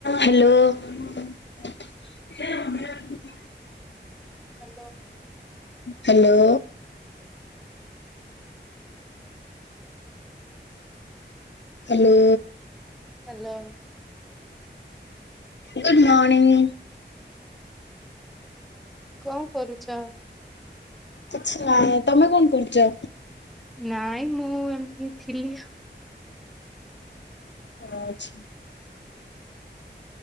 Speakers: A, on the left; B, in the centre.
A: Hello. ନା <inaudible>
B: ସାଲୋ
A: hello. Hello.
B: ସେଲୋ।
A: Good morning.
B: କଣ କରୁଛ?
A: କିଛି ନାହି, ତୋମେ କଣ କରୁଛ?
B: ନାଇଁ ମୁଁ ଏମତି ଥିଲି
A: ଅ, ଅଛି।